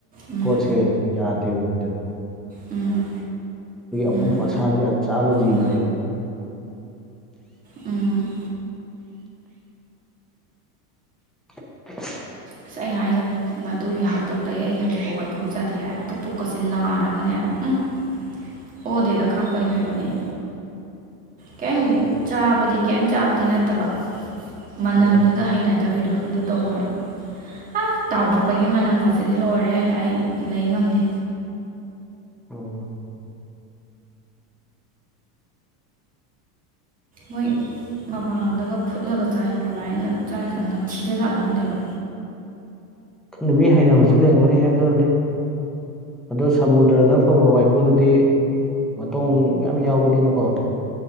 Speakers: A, on the right; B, in the centre.
A: ꯎꯝ
B: ꯄꯣꯠꯁꯦ ꯌꯥꯗꯦꯕ ꯃꯣꯏꯗꯗꯤ
A: ꯎꯝ
B: ꯑꯩꯈꯣꯏꯒꯤ ꯑꯄꯣ
A: ꯎꯝ
B: ꯑꯁꯥꯗꯨ ꯌꯥꯝ ꯆꯥꯕ ꯖꯤꯕꯅꯦꯕ
A: ꯑ ꯎꯝ
B: <unintelligible>
A: ꯑꯁ ꯑꯩ ꯍꯥꯏꯖꯒ ꯑꯗꯨꯒꯤ ꯍꯥꯛꯇꯛꯇ ꯑꯩ ꯍꯥꯏꯗꯤꯐꯥꯎ ꯋꯥꯏꯈꯨ ꯆꯥꯗꯦ ꯍꯥꯏ ꯍꯦꯛꯇ ꯄꯨꯛꯀꯁꯦ ꯅꯥꯔꯒꯅꯦ ꯎꯝ ꯑꯣ ꯗꯦꯗ ꯈꯥꯛꯄꯅꯤ ꯀꯩꯅꯣ ꯑꯩ ꯀꯩꯝ
B: ꯑꯣ
A: ꯆꯥꯕꯗꯤ ꯀꯩꯝ ꯆꯥꯕꯗꯤ ꯅꯠꯇꯕ ꯃꯅꯝꯗꯨꯗ
B: ꯑꯣ
A: ꯍꯩꯅꯗꯕꯤꯗꯣ ꯑꯗꯨ ꯇꯧꯈ꯭ꯔꯕ ꯑ ꯇꯥꯎꯔꯛꯄꯒꯤ ꯃꯅꯝꯒꯕꯁꯤꯗꯤ ꯂꯣꯏꯔꯦ ꯑꯩ ꯂꯩ ꯉꯝꯗꯦ
B: ꯑꯣ
A: ꯃꯣꯏ ꯃꯄꯥꯟꯂꯣꯝꯗꯒ ꯐꯨꯠꯂꯒ ꯆꯥꯏꯁꯨ ꯀꯃꯥꯏꯅ ꯆꯥꯏꯁꯨ ꯅꯝꯊꯤꯗ ꯆꯥꯠꯂ ꯈꯪꯗꯦꯕ
B: ꯈꯪꯅ ꯃꯤ ꯍꯥꯏꯩꯅꯅꯕꯁꯨ ꯂꯩꯔꯝꯒꯅꯤ ꯍꯥꯏꯗꯔꯅꯦ ꯑꯗꯣ ꯁꯃꯨꯗ꯭ꯔꯗ ꯐꯪꯕ ꯋꯥꯏꯈꯨꯗꯨꯗꯤ ꯃꯇꯣꯡ ꯌꯥꯝ ꯌꯥꯎꯕꯅꯤꯅꯀꯣ